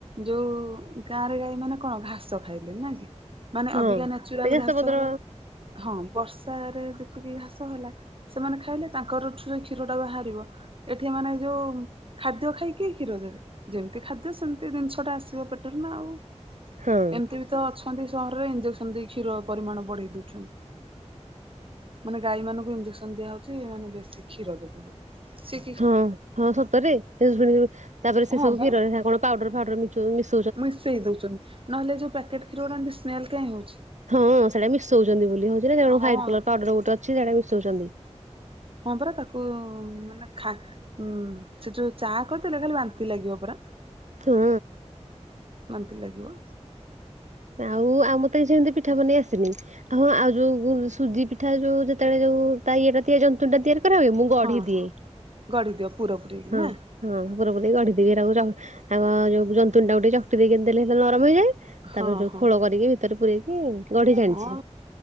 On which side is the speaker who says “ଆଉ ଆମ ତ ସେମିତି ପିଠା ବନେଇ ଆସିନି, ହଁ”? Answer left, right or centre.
Right